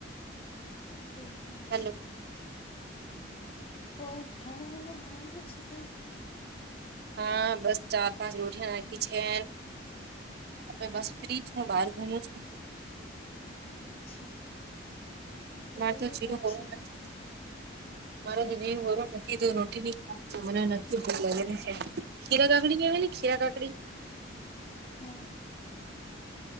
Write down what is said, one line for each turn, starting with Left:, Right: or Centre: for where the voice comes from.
Left: તે હ
Right: હેલો
Left: જવે ઓર ખાણા વણા બના લ છે ભેન
Right: હા બસ ચાર પાંચ રોટિયા નાખી છે. આપણે બસ ફ્રી છું
Left: અચ્છા
Right: બહાર ઘુમું છું.
Left: અચ્છા એતો
Right: મારે
Left: બડીી
Right: તો જીવ
Left: વાત
Right: હોરો
Left: છે
Right: નથી.
Left: ભાઈ
Right: મારો તો જે બોલો નથી તો રોટી ની મને નક્કી ભૂલ લાગેને ખીરા કાકડી કેવાલી ખીરા કાકડી
Left: હા.